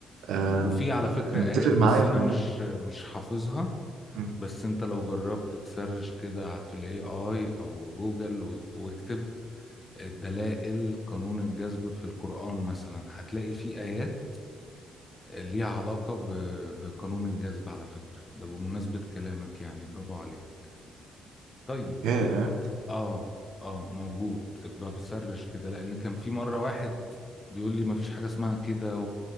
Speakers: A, on the right; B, on the left.
A: آه،
B: وفي على فكرة
A: متفق
B: آيات بس
A: معايا في
B: أنا
A: الموضوع
B: مش مش حافظها
A: مم.
B: بس أنت لو جربت تسرش كده في الاي اي أو جوجل و- واكتب دلائل قانون الجذب في القرآن مثلا هتلاقي في آيات ليها علاقة ب- بقانون الجذب على فكرة ده بمناسبة كلامك يعني برافو عليك طيب
A: يا
B: اه اه موجود ابقى بسرش كده لأن كان في مرة واحد بيقول لي مفيش حاجة اسمها كده